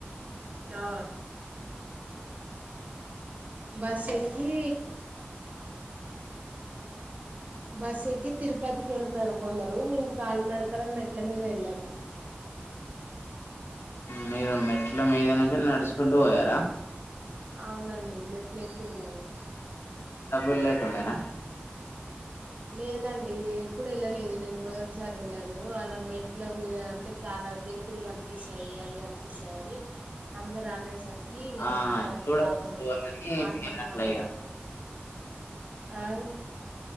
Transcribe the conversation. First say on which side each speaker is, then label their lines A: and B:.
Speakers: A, on the right; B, on the left.
A: ఆ బస్సెక్కీ బస్సెక్కి తిరుపతికెళ్తరు కొందరు మేము కాల్ నడకల మెట్ల మీద ఎల్యాము
B: మీరు మెట్ల మీద నుంచి నడుచుకుంటూ బోయారా
A: అవునండి మెట్లెక్కి ఎళ్ళాము
B: డబ్బులెంకుడెన
A: లేదండి ఎప్పుడు ఎళ్ళలేదు నేను మొదటిసారి ఎళ్ళాను అలా మెట్ల మీద అంటే చాల ఆ జంతులు గన్పిస్తాయి అవి గన్పిస్తాయని అందరు అనేసరి కి ఇగ
B: ఆ
A: మా బర్తా
B: చూడచ్చు
A: మా మా
B: అని
A: మాత్తమ్మ
B: నేను అట్లా
A: <inaudible>
B: ఇగ
A: ఆ